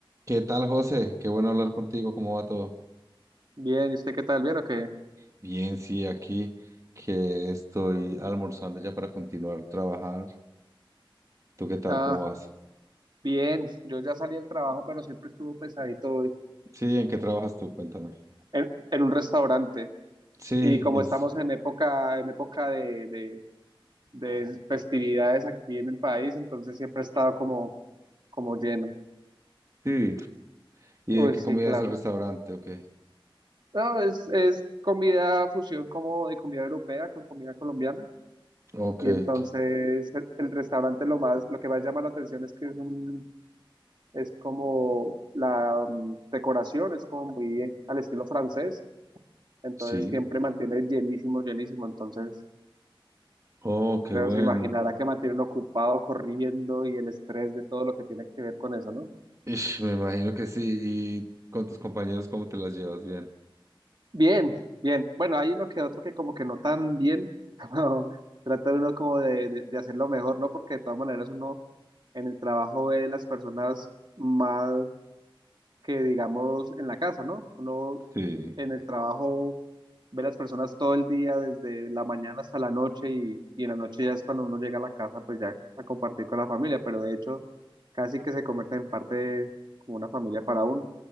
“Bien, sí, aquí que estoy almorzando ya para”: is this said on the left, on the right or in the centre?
Right